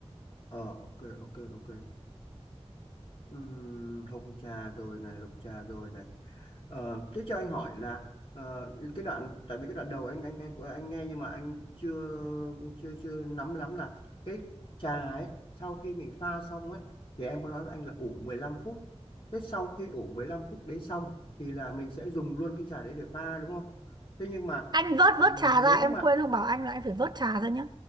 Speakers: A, on the left; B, on the right.
A: ờ ok ok ok Ừm, hồng trà rồi này lục trà rồi này Ờ, thế cho anh hỏi là ờ, cái đoạn tại vì cái đoạn đầu anh anh anh anh nghe nhưng mà anh chưa chưa chưa nắm lắm là cái trà ấy sau khi mình pha xong ấy thì em có nói với anh là ủ 15 phút. Thế sau khi ủ 15 phút đấy xong thì là mình sẽ dùng luôn cái trà đấy để pha đúng không? Thế nhưng mà
B: anh vớt
A: ừ,
B: vớt trà
A: nếu
B: ra em
A: mà
B: quên không bảo anh là anh phải vớt trà ra nhá